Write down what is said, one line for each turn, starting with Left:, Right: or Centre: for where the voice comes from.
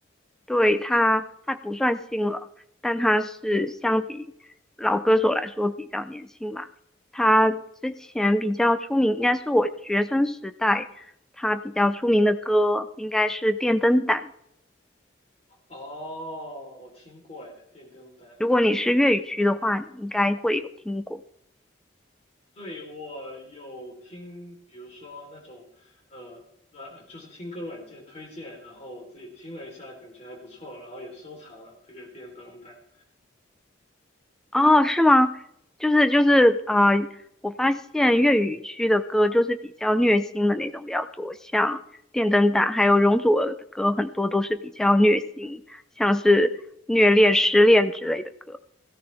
Centre: 对，她她不算新了，但她是相比老歌手来说比较年轻吧。她之前比较出名，应该是我学生时代，她比较出名的歌应该是《电灯胆》。
Left: 哦，我听过哎，电灯胆，
Centre: 如果你是粤语区的话，你应该会有听过。
Left: 对，我有听，比如说那种呃软，就是听歌软件推荐，然后我自己听了一下，感觉还不错，然后也收藏了这个电灯胆。
Centre: 哦，是吗？就是就是啊，我发现粤语区的歌就是比较虐心的那种比较多，像电灯胆还有容祖儿的歌，很多都是比较虐心，像是虐恋、失恋之类的歌。